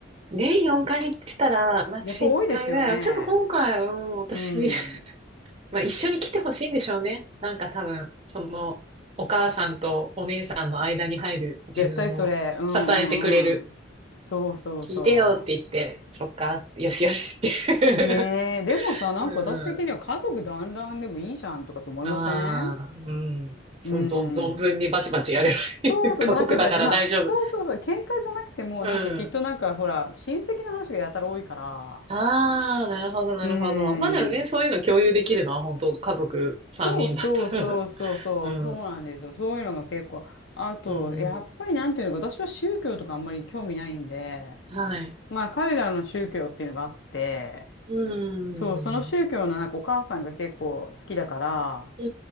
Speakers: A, on the right (about 30°); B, on the left (about 65°).
A: 年4回って言ったら、まあ、
B: え、
A: 私1回ぐらいは、
B: やっぱ多いですよね。
A: ちょっと今回、うん、私、
B: うん。
A: <laughs> まあ、一緒に来てほしいんでしょうね。なんか多分、その、お母さんとお姉さんの間に入る自分を支えてくれる。
B: 絶対それ。うんうんうん。そうそうそ
A: 聞いてよって言って、そっか、よしよしって。
B: う。ねえ、
A: <laughs>
B: でもさ、なんか私的には家族団らんでもいいじゃんとかと思いません
A: うん。まあ、うん。その、
B: うん。
A: ぞ存分にバチバチやればいい。
B: そうそう、
A: <laughs> 家族だから大丈夫。
B: バチバチ。まあ、そうそうそう、喧嘩じゃなくても、
A: うん。
B: なんかきっとなんかほら、
A: うん。
B: 親戚の話がやたら多いから。
A: ああ、なるほど、なるほど。
B: うー
A: まあじゃあね、
B: ん。
A: そういうの共有できるのは本当家族3人だったら
B: そうそうそうそうそう、
A: <laughs> うん。
B: そうなんですよ。そういうのが結構。あと、
A: うん。
B: やっぱりなんていうのか、私は宗教とかあんまり興味ないんで、
A: はい。
B: まあ彼らの宗教っていうのがあって、
A: うん。
B: そう、その宗教のなんかお母さんが結構好きだから、
A: う